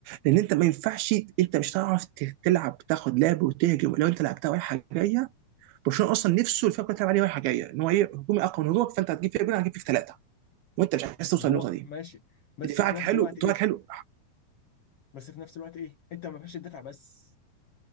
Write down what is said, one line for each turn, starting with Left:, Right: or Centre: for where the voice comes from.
Right: لان انت ما ينفعش انت مش هتعرف ت- تلعب تاخد لعب وتهجم لو انت لعبتها رايحه جايه برشلونه اصلا نفسه الفرقه كلها تلعب عليه رايحه جايه ان هو ايه هجومي اقوى من هجومك فانت هتجيب فيها جول هتجيب فيك ثلاثه وانت مش عايز توصل
Left: هو
Right: للنقطه دي
Left: ماشي بس
Right: دفاعك
Left: في نفس
Right: حلو
Left: الوقت ايه
Right: دفاعك حلو
Left: بس في نفس الوقت ايه انت ما ينفعش تدافع بس